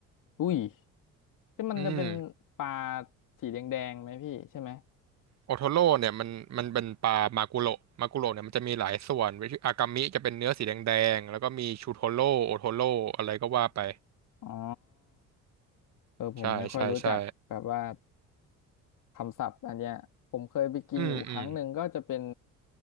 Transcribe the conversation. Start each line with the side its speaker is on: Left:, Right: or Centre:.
Left: อุ้ยที่มันจะเป็นปลา
Right: อืม
Left: สีแดงๆไหมพี่ใช่ไหม
Right: โอโทโร่เนี่ยมันมันเป็นปลามากุโระมากุโระเนี่ยมันจะมีหลายส่วนอากามิจะเป็นเนื้อสีแดงๆแล้วก็มีชูโทโร่โอโทโร่อะไรก็ว่าไป
Left: อ๋อเออผมไม่ค่อยรู้จักแบบว่า
Right: ใช่ใช่ใช่
Left: คำศัพท์อันเนี้ยผมเคยไปกินอยู่ครั้งหนึ่งก็จะเป็น
Right: อืมอืม